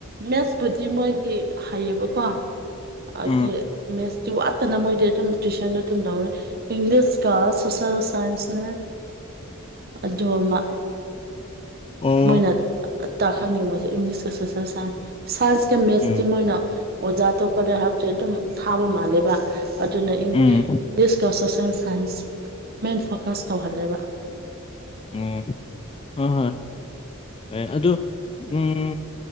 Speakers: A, on the right; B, on the left.
A: ꯃꯦꯠꯁꯄꯨꯗꯤ ꯃꯣꯏꯗꯤ ꯍꯩꯌꯦꯕꯀꯣ ꯑꯗꯨꯏ
B: ꯎꯝ
A: ꯃꯦꯠꯁꯇꯤ ꯋꯥꯠꯇꯅ ꯃꯣꯏꯗꯤ ꯑꯗꯨꯝ ꯇꯨꯏꯁꯟꯗꯣ ꯗꯨꯝ ꯇꯧꯔꯦ ꯏꯪꯂꯤꯁ ꯀꯥ ꯁꯣꯁꯦꯜ ꯁꯥꯏꯟꯁ ꯅꯦ ꯑꯗꯨ ꯑꯃ
B: ꯑꯣ
A: ꯃꯣꯏꯅ ꯇꯥꯛꯍꯟꯅꯤꯡꯕꯁꯦ ꯏꯪꯂꯤꯁꯀ ꯁꯣꯁꯦꯜ ꯁꯥꯏꯟꯁ ꯁꯥꯏꯟꯁꯀ ꯃꯦꯁꯇꯤ
B: ꯎꯝ
A: ꯃꯣꯏꯅ ꯑꯣꯖꯥ ꯇꯣꯄꯗ ꯍꯥꯏꯕꯁꯦ ꯑꯗꯨꯝ ꯊꯥꯕ ꯃꯥꯜꯂꯦꯕ ꯑꯗꯨꯅ ꯏꯪ
B: ꯎꯝ
A: ꯏꯪꯂꯤꯁꯀ ꯁꯣꯁꯦꯜ ꯁꯥꯏꯟꯁ ꯃꯦꯁ ꯐꯣꯀꯁ ꯇꯧꯍꯜꯂꯦꯕ
B: ꯎꯝ ꯍꯣꯏ ꯍꯣꯏ ꯍꯣꯏ ꯑꯗꯨ ꯎꯝ